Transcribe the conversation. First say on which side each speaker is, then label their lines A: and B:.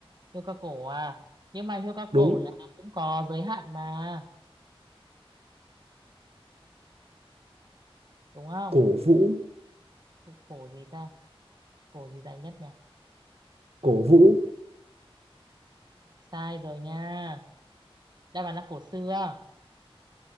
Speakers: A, on the right; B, on the right.
A: hươu cao cổ à. Nhưng mà hươu cao
B: đúng
A: cổ là nó cũng có giới hạn mà, đúng không?
B: cổ vũ
A: Cổ gì ta? Cổ gì dài nhất nhỉ?
B: cổ vũ
A: sai rồi nha đáp án là cổ xưa